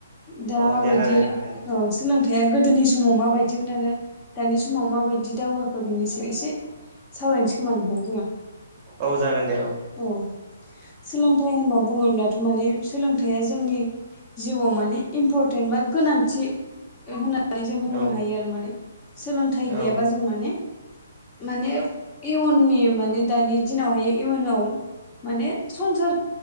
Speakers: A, on the left (about 25°); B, on the right (about 25°).
A: दा
B: औ
A: माबायदि
B: दे रायलायनो
A: औ
B: हागोन दे
A: सोलोंथाया गोदोनि समाव माबायदिमोन आरो दानि समाव माबायदि दावगाखो बेनि सायाव एसे सावरायनोसै खोमा नोंथां जोंङो।
B: औ जागोन दे औ।
A: औ सोलोंथाइ होनना बुङोब्लाथ' माने सोलोंथाइया जोंनि जिउआव मानिे इम्परटेन्ट बा गोनांथि होन नानै जों बुंनो
B: औ
A: हायो आरो माने सोलोंथाइ
B: औ
A: गैयाबा जों माने माने इयुननि माने दानि दिनावहाय इयुनाव माने संसार